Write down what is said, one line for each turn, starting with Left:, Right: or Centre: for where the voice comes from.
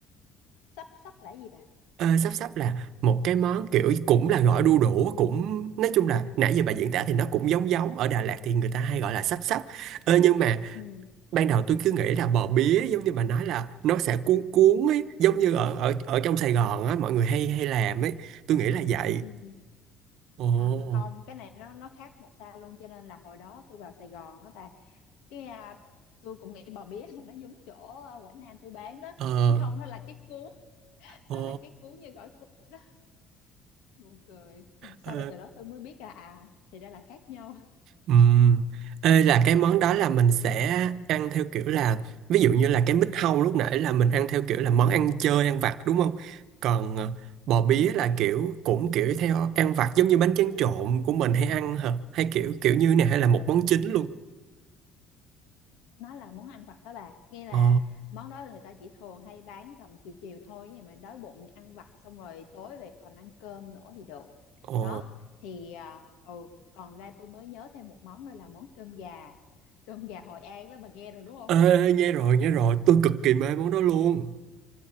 Left: sắp sắp là cái gì bà
Right: Ờ, sắp sắp là một cái món kiểu cũng là gỏi đu đủ cũng nói chung
Left: ừ
Right: là nãy giờ bà diễn tả thì nó cũng giống giống ở Đà Lạt thì người ta hay gọi là sắp sắp
Left: ừ
Right: Ờ, nhưng mà
Left: ừ
Right: ban đầu tôi cứ nghĩ là bò bía giống như bà nói là nó sẽ cuốn cuốn ấy giống như ở ở ở trong Sài Gòn á mọi người hay hay làm ấy tôi nghĩ là vậy
Left: ừ
Right: ồ
Left: à không cái này nó nó khác một xa luôn cho nên là hồi đó tôi vào Sài Gòn á bà cái à, tôi cũng nghĩ bò bía là nó giống chỗ à, Quảng Nam tôi bán đó
Right: ờ
Left: nhưng không nó là cái cuốn
Right: ồ
Left: nó là cái cuốn như gỏi cuốn vậy đó buồn cười sau
Right: ờ,
Left: rồi từ đó tôi mới biết là à thì ra là khác nhau
Right: Ừm. Ê, là cái
Left: đó
Right: món đó là mình sẽ ăn theo kiểu là ví dụ như là cái mít hâu lúc nãy là mình ăn theo kiểu là món ăn chơi ăn vặt đúng không? Còn ờ, bò bía
Left: ừ
Right: là kiểu cũng kiểu theo ăn vặt giống như bánh tráng trộn của mình hay ăn hả? Hay kiểu kiểu như này hay là một món chính luôn.
Left: nó là món ăn vặt đó bà nghe là
Right: Ờ,
Left: món đó người ta chỉ thường hay bán tầm chiều chiều thôi nhưng mà đói bụng thì ăn vặt xong rồi tối về còn ăn cơm nữa thì được
Right: ồ.
Left: đó thì à, ừ còn ra tôi mới nhớ thêm một món nữa là món cơm gà cơm gà Hội An đó bà nghe rồi đúng không
Right: Ê, nghe rồi, nghe rồi, tôi cực kỳ mê món đó luôn.